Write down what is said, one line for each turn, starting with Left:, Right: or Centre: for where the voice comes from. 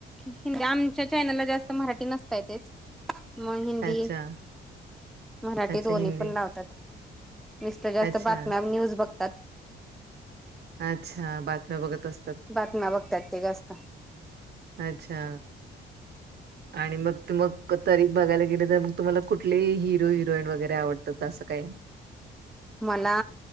Centre: हिंदी आमच्या चॅनलला जास्त मराठी नसताय तेच. मग हिंदी
Right: अच्छा
Centre: मराठी
Right: अच्छा
Centre: दोन्ही
Right: हिंदी
Centre: पण लावतात. मिस्टर जास्त
Right: अच्छा
Centre: बातम्या न्यूज बघतात.
Right: अच्छा बातम्या बघत असत.
Centre: बातम्या बघतात ते जास्त.
Right: अच्छा. आणि मग मग तरी बघायला गेले तर मग तुम्हाला कुठलेही हिरो हिरोईन वगैरे आवडतात असं काय. <inaudible>
Centre: मला